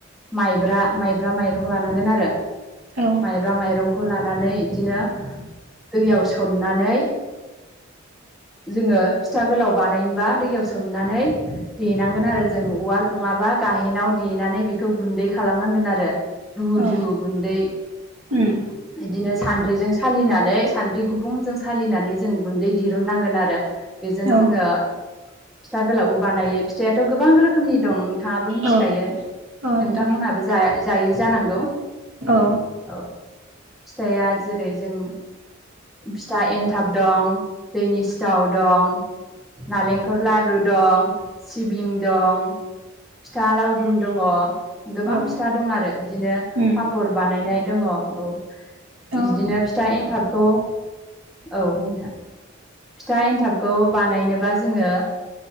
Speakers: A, in the centre; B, on the right.
A: माइब्रा माइब्रा माइरं लानांगोन आरो
B: औ औ
A: माइब्रा माइरंखौ लानानै बिदिनो दैयाव सोमनानै जोङो फिथा गोलाव बानायोमबा दैयाव सोमनानै देनांगोन आरो जों उाल नङाबा गाहेनाव देनानै बेखौ गुन्दै खालामनांगोन आरो। दुहु
B: औ
A: दुहु गुन्दै
B: उम।
A: बिदिनो सानद्रिजों सालिनानै सान्द्रि गुबुंजों सालिनानै जों गुन्दै दिरुननांगोन आरो बेजों
B: औ
A: जोङो फिथा गोलावबो बानायो फिथाइाथ' गोबां रोखोमनि दं नोंथाङाबो मिथिखायो।
B: औ नोंथां
A: नोंथांमोनहाबो जा जायो जानांगौ?
B: औ।
A: औ फिथाइया जेरै जों फिथा एन थाब दं दैनि सिथाव दं। नालेंखल लारु दं सिबिं दं। फिथा लावदुम दङ गोबां
B: औ
A: फिथा
B: औ
A: दं आरो बिदिनो
B: उम
A: पापर बानायनाय दङ। औ
B: औ
A: इदिनो फिथा एन्थाबखौ औ नोंथां फिथा एन्थाबखौ बानायनोबा जोङो